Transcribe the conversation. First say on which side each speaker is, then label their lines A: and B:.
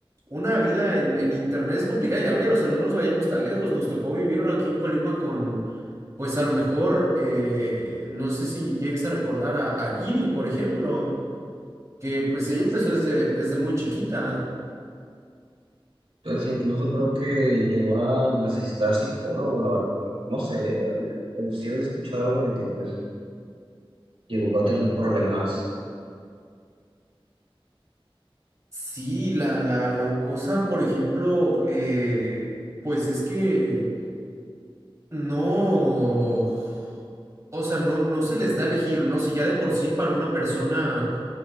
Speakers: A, on the right; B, on the right.
A: una vida en, en internet es complicada, ya ver, o sea, no nos vayamos tan lejos, nos tocó vivirlo aquí en Colima con, pues a lo mejor, eh, no sé si llegues a recordar a, a Gibi, por ejemplo, que pues ella empezó
B: Sí.
A: desde, desde muy chiquita.
B: Entonces incluso creo que llegó a necesitar psicólogo, la verdad. No sé, si había escuchado algo de que pues llegó a tener problemas,
A: Sí, la, la, la cosa, por ejemplo, eh, pues es que no, o sea, no, no se les da a elegir, ¿no? Si ya de por sí para una persona